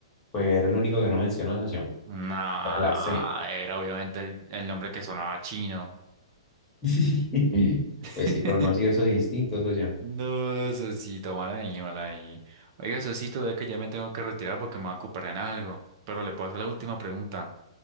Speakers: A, on the left; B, on the right.
A: Pues era el único que no mencionó, socio.
B: No,
A: Era la C.
B: era obviamente el, el nombre que sonaba chino.
A: <laughs>
B: <laughs>
A: Pues sí, pero no pronunció esos instintos, socio.
B: No, Sosito, mal ahí, mal ahí. Oiga, Sosito, vea que ya me tengo que retirar porque me voy a ocupar en algo. Pero le puedo hacer la última pregunta.